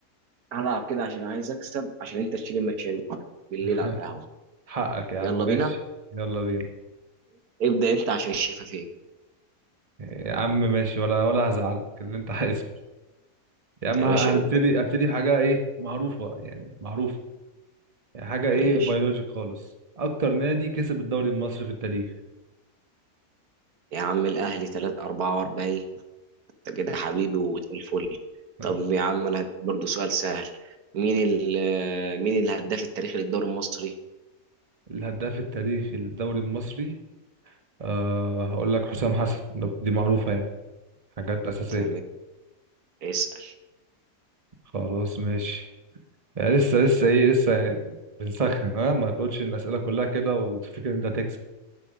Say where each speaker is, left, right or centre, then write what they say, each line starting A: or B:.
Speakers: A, on the right; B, on the right.
A: هلعب كده عشان عايز أكسب عشان أنت تشيل المشاريع بالليل
B: <laughs>
A: على القهوة
B: حقك يا عم
A: يلا
B: ماشي
A: بينا
B: يلا بينا
A: ابدأ أنت عشان الشفافية
B: يا عم ماشي ولا ولا هزعلك اللي انت عايزه يا عم
A: يا
B: ه-
A: باشا
B: هنبتدي
A: ابدأ.
B: هبتدي بحاجة ايه معروفة يعني معروفة يعني حاجة ايه
A: ماشي
B: بيولوجيك خالص اكتر نادي كسب الدوري المصري في التاريخ
A: يا عم الأهلي 3 44 انت كده حبيبي وزي الفل
B: <laughs>
A: طب يا عم انا هديك برضه سؤال سهل مين ال مين الهداف التاريخي للدوري المصري
B: الهداف التاريخي للدوري المصري أه هقول لك حسام حسن ده- دي معروفة يعني حاجات أساسية
A: تمام اسأل
B: خلاص ماشي يعني لسه لسه إيه لسه بنسخن أه ما تقولش إن الأسئلة كلها كده وتفكر إن أنت هتكسب